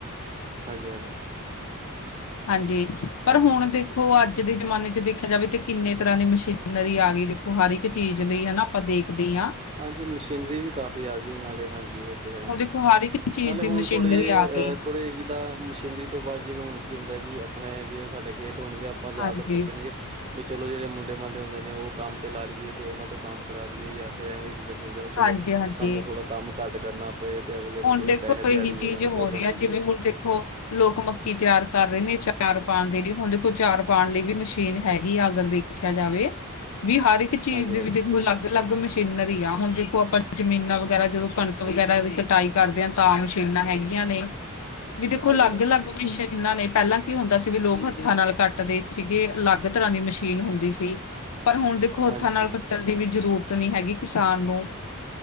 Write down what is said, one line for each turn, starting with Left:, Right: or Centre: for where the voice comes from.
Right: ਹਾਂਜੀ, ਹਾਂਜੀ।
Left: ਹਾਂਜੀ, ਪਰ ਹੁਣ ਦੇਖੋ ਅੱਜ ਦੇ ਜਮਾਨੇ ਚ ਦੇਖਿਆ ਜਾਵੇ ਤੇ ਕਿੰਨੇ ਤਰਾ ਦੀ ਮਸ਼ੀਨ ਨਰੀ ਆ ਗਈ ਦੇਖੋ, ਹਰ ਇੱਕ ਚੀਜ ਲਈ ਹਨਾ ਆਪਾਂ ਦੇਖਦੇ ਹੀ ਆ।
Right: ਹਾਂਜੀ ਮਸ਼ੀਨਰੀ ਵੀ ਕਾਫੀ ਆ ਗਈ ਨਾਲੇ, ਹਾਂਜੀ ਏ ਤੇ
Left: ਹੁਣ
Right: ਹੈ,
Left: ਦੇਖੋ ਹਰ ਇੱਕ ਚੀਜ਼
Right: ਨਾਲੇ
Left: ਦੀ
Right: ਹੁਣ
Left: ਮਸ਼ੀਨਰੀ
Right: ਥੋੜੇ
Left: ਆ
Right: ਅ
Left: ਗਈ,
Right: ਥੋੜੇ ਜਿੱਦਾਂ, ਮਸ਼ੀਨੀ ਤੋ ਬਾਅਦ ਜਿਵੇਂ ਹੁਨ ਕੀ ਹੁੰਦਾ ਜੀ, ਅਪਣੇ ਜਿਵੇ ਸਾਡੇ ਖੇਤ ਹੋਣਗੇ ਅੱਪਾ ਜਾਦਾਤਰ
Left: ਹਾਂਜੀ,
Right: ਸੋਚਣਗੇ ਵੀ ਚਲੋ ਜੇੜੇ ਮੁੰਡੇ ਮਾਂਡੇ ਹੁੰਦੇ ਨੇ, ਓ ਕੰਮ ਤੇ ਲਾ ਲਈਏ ਤੇ ਓਨਾਂ ਤੋਂ ਕੰਮ ਕਰਾ ਲਈਏ ਯਾ ਫਿਰ ਐਵੇ ਚੀਜਾ ਸੋਚਦੇ ਵੇ ਚਲੋ,
Left: ਹਾਂਜੀ-ਹਾਂਜੀ।
Right: ਸਾਨੂੰ ਥੋੜਾ ਕੰਮ ਘੱਟ ਕਰਨਾ ਪਏ ਤੇ ਅਗਲੇ ਨੂੰ
Left: ਹੁਣ
Right: ਚਲੋ
Left: ਦੇਖੋ
Right: ਪੈਸੇ ਦਿਹਾੜੀ
Left: ਏਹੀ ਚੀਜ
Right: ਦੇ ਦਾਂਗੇ
Left: ਹੋ
Right: ਜੋ
Left: ਰਹੀ
Right: ਬਣੇਗੀ
Left: ਐ, ਜਿਵੇ ਹੁਣ ਦੇਖੋ ਲੋਕ ਮੱਕੀ ਤਿਆਰ ਕਰ ਰਹੇ ਨੇ ਚਾਰ ਪਾਣ ਦੇ ਲਈ, ਹੁਨ ਦੇਖੋ ਚਾਰ ਪਾਣ ਲਈ ਵੀ ਮਸ਼ੀਨ ਹੈਗੀ ਆ ਅਗਰ ਦੇ ਦੇਖਿਆ ਜਾਵੇ ਵੀ ਹਰ ਏੱਕ ਚੀਜ਼
Right: ਹਾਂਜੀ,
Left: ਦੇ
Right: ਹਾਂਜੀ,
Left: ਵਿੱਚ ਦੇਖ ਅਲਗ ਅਲੱਗ ਮਸ਼ੀਨਰੀ ਆ, ਹੁਣ ਦੇਖੋ ਆਪਾਂ ਜਮੀਨਾਂ ਵਗੈਰਾ ਜਦੋ ਕਣਕ ਵਗੈਰਾ ਦੀ ਕਟਾਈ ਕਰਦੇ ਆ ਤਾ ਮਸ਼ੀਨਾਂ ਹੈਗੀਆਂ ਨੇ, ਵੀ ਦੇਖੋ
Right: ਹਾਂਜੀ,
Left: ਅਲੱਗ
Right: ਹਾਂਜੀ,
Left: ਲੱਗ ਮੀਸ਼ੀਨਾ ਨੇ, ਪੈਲਾਂ ਕੀ ਹੁੰਦਾ ਸੀ ਵੀ ਲੋਕ ਹੱਥਾਂ ਨਾਲ ਕੱਟਦੇ ਸੀਗੇ ਲੱਗ ਤਰਾਂ ਦੀ ਮਸ਼ੀਨ ਹੁੰਦੀ ਸੀ। ਪਰ ਹੁਣ ਦੇਖੋ
Right: ਹਾਂਜੀ,
Left: ਹੱਥਾਂ ਨਾਲ ਕੱਟਣ ਦੀ ਵੀ ਜਰੂਰਤ ਨਹੀ ਹੈਗੀ ਕਿਸਾਨ ਨੂੰ।